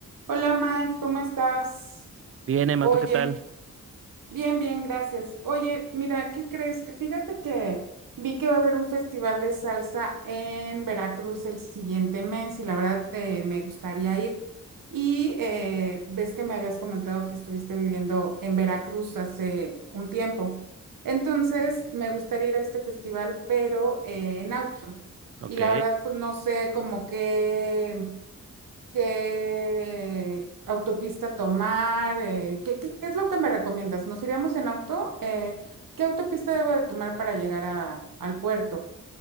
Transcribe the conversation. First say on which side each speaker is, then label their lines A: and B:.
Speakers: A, on the right; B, on the right.
A: Hola Mike, ¿cómo estás?
B: Bien, Emma,
A: Oye,
B: ¿tú qué tal?
A: bien, bien, gracias. Oye, mira, ¿qué crees? Que fíjate que vi que va a haber un festival de salsa en Veracruz el siguiente mes y la verdad eh, me gustaría ir. Y eh, ves que me habías comentado que estuviste viviendo en Veracruz hace un tiempo. Entonces, me gustaría ir a este festival, pero eh, en auto.
B: Ok.
A: Y la verdad, pues no sé como qué qué autopista tomar, eh, ¿qué, qué- qué es lo que me recomiendas? ¿Nos iríamos en auto? Eh, ¿qué autopista debo de tomar para llegar a, al puerto?